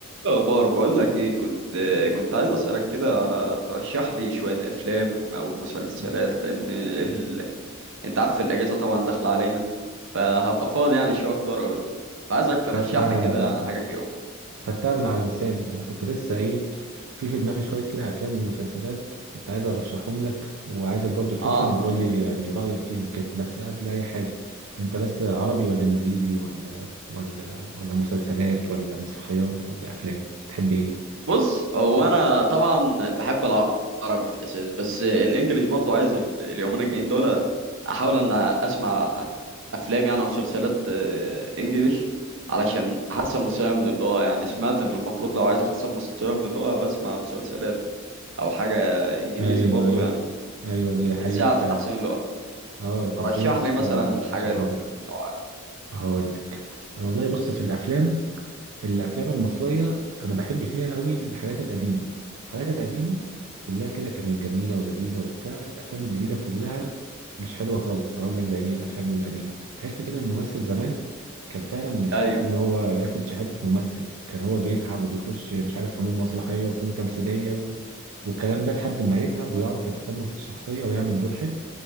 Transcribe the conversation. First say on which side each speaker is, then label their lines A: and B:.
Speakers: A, on the right; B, on the right.
A: اخبار بقول لك ايه كنت كنت عايز اسالك كده على ترشح لي شويه افلام او مسلسلات لان ال... انت عارف الاجازه طبعا داخله علينا فهبقى فاضي يعني شويه اكتر قوي فعايزك
B: خدتها
A: ترشح لي كده انا حاجه فيهم
B: خدتها من على لساني انا كنت لسه ايه في في دماغي شويه كده افلام ومسلسلات كنت عايز ارشحهم لك وعايزك برضو تشوفهم
A: اه
B: وتقول لي يعني رايك فيهم كده بس قبل اي حاجه انت بس عربي ولا انجليزي ولا ولا ولا مسلسلات ولا مسرحيات ولا افلام تحب ايه
A: بص هو انا طبعا بحب العربي في الاساس بس الانجليش برضو عايز ال- اليومين الجايين دول احاول ان اسمع افلام يعني ومسلسلات آه، انجليش علشان احسن مستواي من اللغه يعني سمعت ان المفروض لو عايز احسن مستواي من اللغه بسمع مسلسلات او حاجه انجليزي
B: ايوه
A: برضو
B: ايوه
A: يعني
B: ايوه دي حقيقه
A: بتساعد
B: فعلا
A: في تحسين اللغه
B: اه كان
A: رشح
B: في ناس
A: لي مثلا
B: آه،
A: حاجات
B: صحابي
A: لو عارف
B: هقول لك والله بص في الافلام الافلام المصريه انا بحب فيها قوي الحاجات القديمه الحاجات القديمه كلها كده كانت جميله ولذيذه وبتاع الافلام الجديده كلها مش حلوه خالص اقول لك زي ايه الافلام القديمه تحس كده الممثل زمان كان فعلا يستحق
A: ايوه
B: ان هو ياخد شهاده ممثل كان هو بيتعب وبيخش مش عارف فنون مسرحيه وفنون تمثيليه و... والكلام ده لحد ما يتعب ويعرف يتقمص الشخصيه ويعمل دور حلو